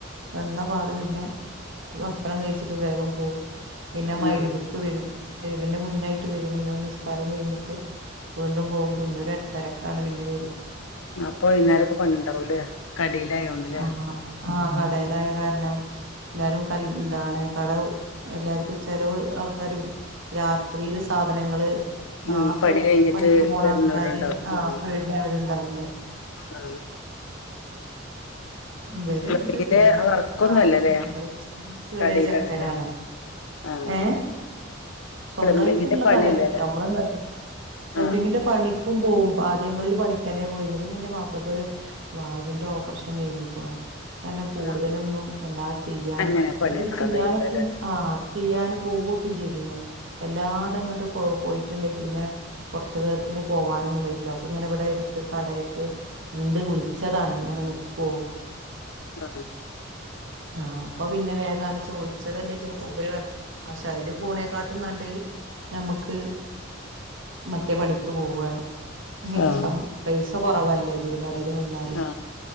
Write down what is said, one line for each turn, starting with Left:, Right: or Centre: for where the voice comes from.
Right: വന്നപടെ പിന്നെ ഭക്ഷണം കഴിച്ചിട്ട് വേഗം പോകും പിന്നെ <unintelligible>
Left: ആ
Right: വരും മഹ്രിബിന്റെ മുന്നായിട്ട് വരും പിന്നെ വന്നു നിസ്കാരം കഴിഞ്ഞിട്ട് വീണ്ടും പോകും പിന്നെ എട്ടരക്കാണ് പിന്നെ വരാ
Left: അപ്പൊ വൈകുന്നേരൊക്കെ പണിയുണ്ടാവല്ലേ കടയില് ആയോണ്ടല്ലേ
Right: ആഹ് ആഹ് കടേലായ കാരണം എല്ലാരും കല് ന്താണ് കട എല്ലാർക്കും ചിലവ് ആൾക്കാര് രാത്രിയില് സാധനങ്ങള് നാർത്തെ
Left: ഉമ് പണി കഴിഞ്ഞിട്ട്
Right: പണിക്ക് പോണ
Left: വരുന്നോലും
Right: ആൾക്കാരി
Left: ഉണ്ടാവും
Right: ആഹ്
Left: ആ
Right: പേരിന് അവരുണ്ടാവൂലേ
Left: ആ
Right: മ് വര്ണ്ട്‌
Left: പ്ലംബിങ്ങിന്റെ
Right: പിന്നെ ആഹ്
Left: വർക്കൊന്നും അല്ലല്ലേ
Right: ചെറിയചെക്കനാണ്
Left: കടയിലാണല്ലേ ആ
Right: ങേ സ്വന്തായിട്ടിള്ള
Left: പ്ലംബിങ്ങിന്റെ പണിയല്ലേല്ലേ
Right: കട അല്ലാട്ട നമ്മള് പ്ലംബിങ്ങിന്റെ
Left: ആ
Right: പണിക്കും പോവും പാദ്യങ്ങളിൽ പണി ക്കന്നെ പോയിന്ന പിന്നെ ന്റെ മാപ്പിളക്ക് ഒരു വാൾവിന്റെ ഓപ്പറേഷൻ കഴിഞ്ഞികോണു കാരണം കൂടുതലൊന്നും
Left: ആ
Right: എല്ലാ ചെയ്യാനും
Left: അങ്ങനെ പണിയെടുക്കാൻ
Right: ഇച്ചിരി ചെയ്യാനൊക്കും
Left: കഴിയൂലല്ലേ
Right: ആ ചെയ്യാനും പോവൊക്കേം ചെയ്തിഞൊ വല്ലാതെ അങ്ങട്ട് പോ പോയിട്ടിണ്ടെ പിന്നെ കൊറച് നേരത്തിന് പോവാനൊന്നും വയ്യ് ക്കില്ല അപ്പൊ ഇങ്ങനെ ഇവിടെ എടുത്ത് കടയ്ക് ഇണ്ട് വിളിച്ചതാണ് ഇങ്ങനെ നിക്കുവോ
Left: ആഹ്
Right: ആഹ് അപ്പൊ പിന്നെ വേഗങ്ങനെ ചോദിച്ചതല്ലേ ചിലപ്പോ മൂപ്പര് പറഞ്ഞു ക്ഷെ അയില് പോണേകാട്ടി നല്ലത് ഞമ്മക്ക് മറ്റേ പണിക്ക് പോവാണ് ഉമ്
Left: ആ
Right: ശം പൈസ കൊറവാല്ലേ വരുവ നന്നാകല്
Left: ആ